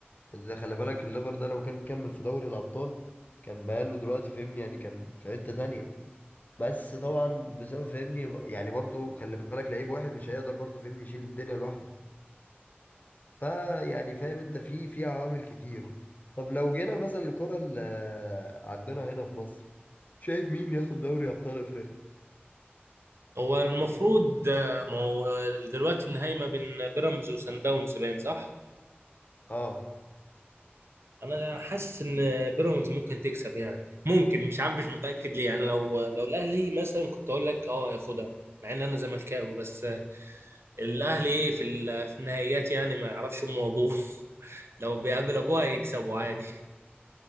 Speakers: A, on the left; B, on the right.
A: ده خلي بالك الليفر ده لو كان كمل في دوري الابطال كان بقاله دلوقتي فهمني يعني كان في حتة تانية بس طبعا بسبب فاهمني ب- يعني برضو خلي بالك لعيب واحد مش هيقدر برضو فاهمني يشيل الدنيا لوحده فا يعني فاهم انت في في عوامل كتير طب لو جينا مثلا الكرة اللي عندنا هنا في مصر شايف مين ياخد دوري ابطال افريقيا
B: هو المفروض آه، ما هو دلوقتي النهائي ما بين بيراميدز وسان داونز باين صح؟
A: اه
B: انا حاسس ان بيراميدز ممكن تكسب يعني ممكن مش عارف مش متاكد ليه يعني لو لو الاهلي مثلا كنت اقول لك اه ياخدها مع ان انا زملكاوي بس الاهلي ايه في ال- في النهائيات يعني ما يعرفش امه وابوه <laughs> لو بيقابل ابوه هيكسبوا عادي